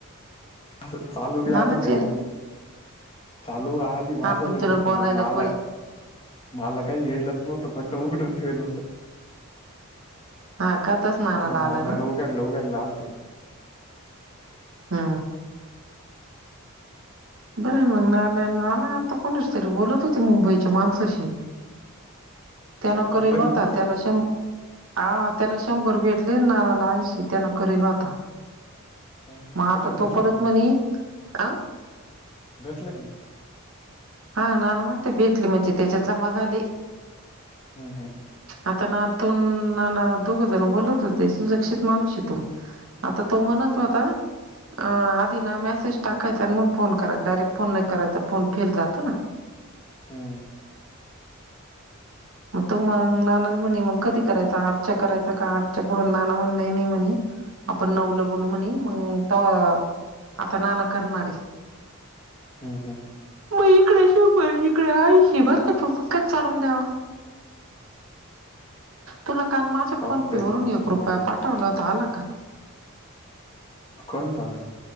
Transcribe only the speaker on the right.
नानाचे
हा
तुला
बोलायला
कोण
हा का तस
आलं ना
हा बरं मग नाना नाना आता कोणीशी तरी बोलत होती मुंबईच्या माणसाशी. त्यांना
करेल
होता
त्याला श हा त्याला शंभर भेटले नाना ला ऐन्शी त्यांना करेल आता.
मग आता
तो परत
म्हणे अ
हा नाना म्हणते भेटले म्हणजे त्याच्यात जमा झाले.
आता ना तो नाना दोघ जण बोलत होते सुरक्षित माणूस आहे तो. आता तो म्हणत होता. अ आधी ना मेसेज टाकायचा आणि मग फोन कराय डायरेक्ट फोन नाही करायचा फोन फेल जातो ना.
मग तो मग नाना म्हणे मग कधी करायचा आठच्या करायचा का आठच्या पुढं नाना म्हण नाही नाही म्हणे. आपण नऊ ला बोलू म्हणे मग तवा आता नाना करणारे
मग इकडे शंभर इकडे ऐन्शी हे बर नाही प म काय चालवून द्यावा. तुला काल माझ्या
फोन पे
वरून एक
रुपया
पाठवला होता आला का?